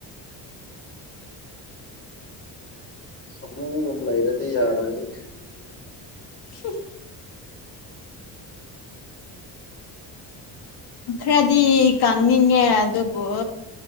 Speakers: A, on the left; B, on the left.
A: ꯁꯃꯨꯒꯝ ꯂꯩꯔꯗꯤ ꯌꯥꯔꯅꯤ
B: ꯍꯤ ꯈꯔꯗꯤ ꯀꯪꯅꯤꯡꯉꯦ ꯑꯗꯨꯕꯨ